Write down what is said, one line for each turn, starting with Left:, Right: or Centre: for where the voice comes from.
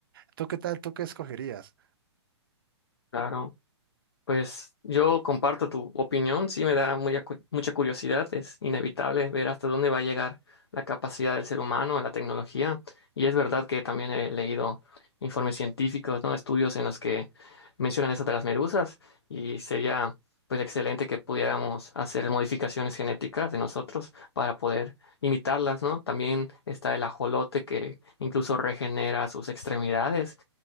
Right: ¿Tú qué tal? ¿Tú qué escogerías?
Left: Claro. Pues yo comparto tu opinión, sí me da muy acu- mucha curiosidad, es inevitable ver hasta dónde va a llegar la capacidad del ser humano, la tecnología, y es verdad que también he leído informes científicos, ¿no? Estudios en los que mencionan eso de las medusas y sería pues excelente que pudiéramos hacer modificaciones genéticas de nosotros para poder imitarlas, ¿no? También está el ajolote que incluso regenera sus extremidades